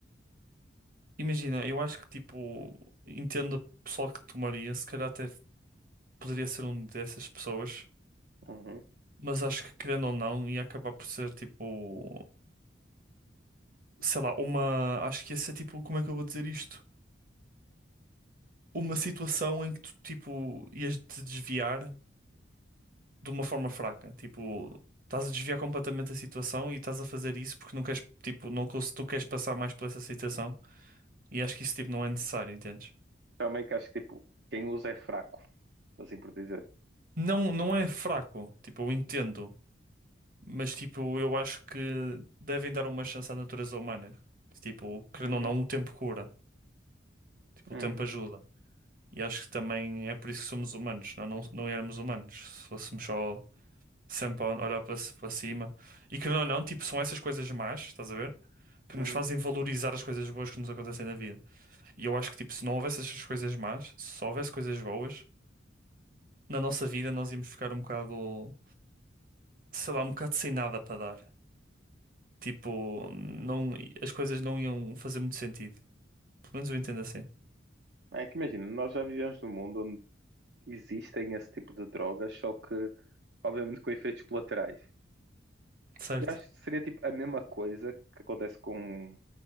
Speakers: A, on the right (about 45°); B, on the right (about 65°).
A: Imagina, eu acho que, tipo, entendo o pessoal que tomaria, se calhar até poderia ser um dessas pessoas
B: Uhum.
A: Mas acho que querendo ou não, ia acabar por ser tipo, sei lá, uma. Acho que ia ser tipo, como é que eu vou dizer isto? Uma situação em que tu, tipo, ias te desviar de uma forma fraca. Tipo, estás a desviar completamente a situação e estás a fazer isso porque não queres, tipo, não, cons- tu queres passar mais por essa situação e acho que isso, tipo, não é necessário, entendes?
B: Também que acho que, tipo, quem usa é fraco, assim por dizer.
A: Não, não é fraco, tipo, eu entendo, mas, tipo, eu acho que devem dar uma chance à natureza humana. Tipo, querendo
B: Uhum.
A: ou não, o tempo cura, tipo,
B: Uhum.
A: o tempo ajuda. E acho que também é por isso que somos humanos, não, não, não éramos humanos. Se fôssemos só sempre a olhar para, ci- para cima. E querendo ou não, tipo, são essas coisas más, estás a ver? Que
B: Uhum.
A: nos fazem valorizar as coisas boas que nos acontecem na vida. E eu acho que, tipo, se não houvesse essas coisas más, se só houvesse coisas boas, na nossa vida nós íamos ficar um bocado, sei lá, um bocado sem nada para dar. Tipo, não, as coisas não iam fazer muito sentido. Pelo menos eu entendo assim.
B: É que imagina, nós já vivemos num mundo onde existem esse tipo de drogas, só que, obviamente, com efeitos colaterais.
A: Certo?
B: Eu acho que seria tipo a mesma coisa que acontece com,